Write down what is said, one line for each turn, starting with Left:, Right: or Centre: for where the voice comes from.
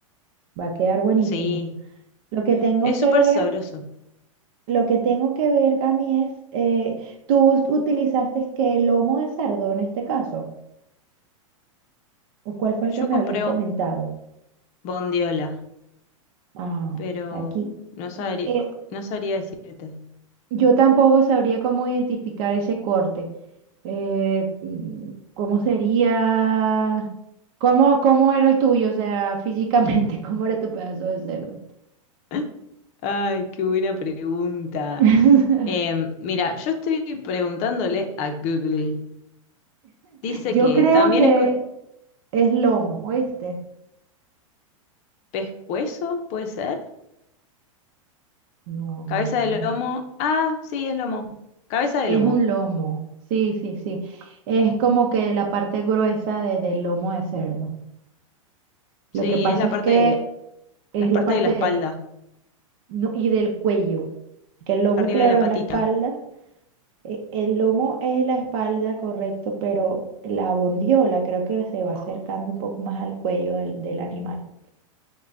Right: va a quedar buenísimo.
Left: sí,
Right: Lo que tengo
Left: es
Right: que
Left: súper
Right: ver,
Left: sabroso.
Right: lo que tengo que ver, Cami, es, eh, ¿tú utilizaste que lomo de cerdo en este caso? ¿O cuál fue el
Left: Yo
Right: que me
Left: compré
Right: habías comentado?
Left: o- bondiola,
Right: Ah,
Left: pero
Right: aquí.
Left: no sabría,
Right: eh, eh,
Left: no sabría decirte.
Right: yo tampoco sabría cómo identificar ese corte. Eh, mm, ¿cómo sería? ¿Cómo, cómo era el tuyo? O sea, físicamente, <laughs> ¿cómo era tu pedazo de cerdo?
Left: <laughs> Ay, qué buena pregunta.
Right: <laughs>
Left: Em, mira, yo estoy preguntándole a Google. Dice
Right: Yo
Left: que
Right: creo
Left: también
Right: que
Left: es co-
Right: es lomo, ¿oíste?
Left: pescuezo, ¿puede ser?
Right: No, no,
Left: Cabeza
Right: no,
Left: de
Right: no.
Left: lomo. Ah, sí, es lomo. Cabeza de
Right: Es
Left: lomo.
Right: un lomo. Sí, sí, sí. Es como que la parte gruesa de- del lomo de cerdo. Lo
Left: Sí,
Right: que pasa
Left: es la
Right: es
Left: parte
Right: que
Left: de,
Right: es
Left: las
Right: la
Left: partes
Right: parte
Left: de la espalda,
Right: del No, y del cuello, que el lomo,
Left: arriba
Right: claro,
Left: de la patita.
Right: es la espalda. eh, El lomo es la espalda, correcto, pero la bondiola creo que se va acercando un poco más al cuello del, del animal. <laughs>